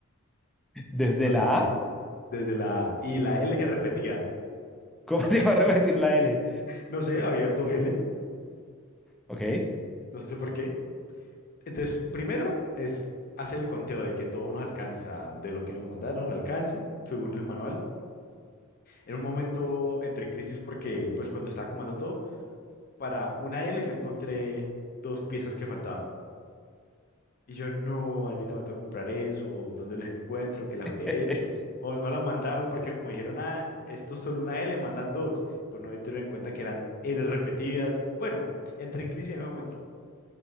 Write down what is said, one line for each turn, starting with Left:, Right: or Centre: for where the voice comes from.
Centre: ¿Desde
Left: Entonces,
Centre: la A?
Left: desde la y la L se repetía.
Centre: ¿Cómo se va a repetir la L?
Left: No sé, habían dos L,
Centre: Ok.
Left: no sé por qué. Entonces, primero es hacer el conteo de que todo nos alcance, o sea, de lo que nos mandaron alcance, según el manual. En un momento entré en crisis porque, pues, cuando estaba acomodando todo, para una L no encontré dos piezas que faltaban. Y yo, no, ahorita me tengo que comprar eso, o dónde los encuentro, qué las habré
Centre: <laughs>
Left: hecho, o no la mandaron porque como dijeron, ah, esto es solo una L, mandan dos, pero no tenido en cuenta que eran L repetidas. Bueno, entré en crisis en ese momento,